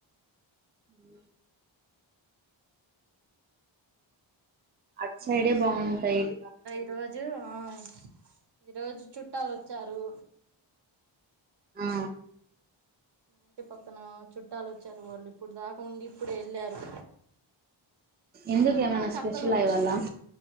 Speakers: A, on the right; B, on the right.
A: ఉమ్, అట్ సైడే బావుంటాయి ఇంక
B: <inaudible> ఈ రోజు ఆయి ఈరోజు చుట్టలు వచ్చారు
A: ఆ
B: మా ఇంటి పక్కన చుట్టాలు వచ్చారు వాళ్ళు ఇప్పుడు దాక ఉండి ఇప్పుడే ఎళ్ళారు
A: ఎందుకు ఏమైన
B: చక్కలు
A: స్పెషల్ అ ఇవాల